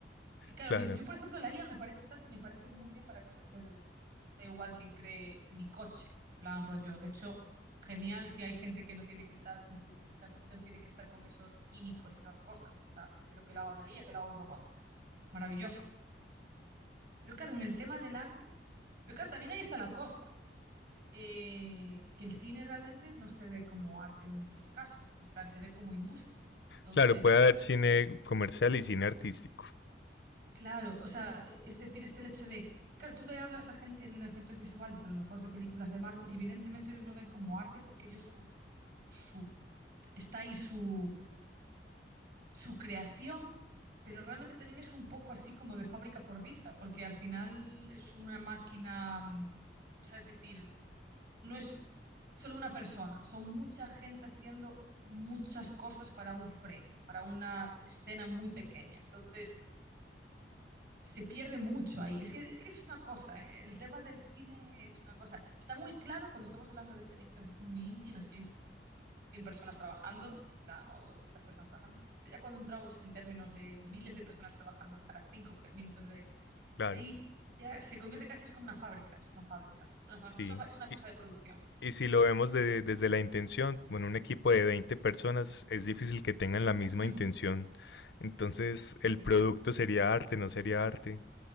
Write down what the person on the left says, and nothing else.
Claro,
claro, puede haber cine comercial y cine artístico.
Claro,
sí.
Y,
Y si lo vemos de- desde la intención, bueno, un equipo de 20 personas es difícil que tengan la misma
intención. Entonces, el
producto sería arte, no sería arte.